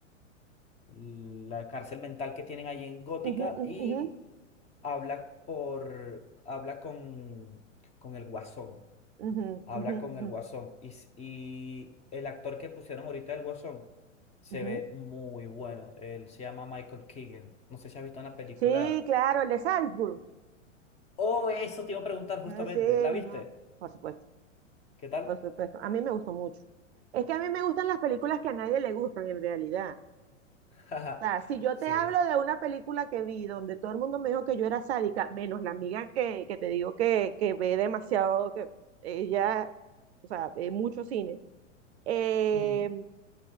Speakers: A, on the left; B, on the right.
A: el, la cárcel mental que tienen allí en Gótica
B: Ujú, ujú,
A: y
B: ujú,
A: habla por, habla con, con el Guasón,
B: ujú,
A: habla
B: ujú,
A: con el
B: ujú,
A: Guasón y, s- y el actor que pusieron ahorita el Guasón se
B: ujú.
A: ve muy bueno, él se llama Michael Keegan, no sé si has visto una película,
B: Sí, claro, el de Salzburg.
A: oh, eso te iba a preguntar justamente,
B: Ah, Sí,
A: ¿la viste?
B: no, por supuesto.
A: ¿Qué tal?
B: Por supuesto, a mí me gustó mucho. Es que a mí me gustan las películas que a nadie le gustan en realidad.
A: <laughs> Jaja,
B: O sea, si yo
A: sí,
B: te hablo de una película que vi donde todo el mundo me dijo que yo era sádica, menos la amiga que, que te digo que, que ve demasiado, que ella, o sea, ve mucho cine. Eh,
A: Ujú.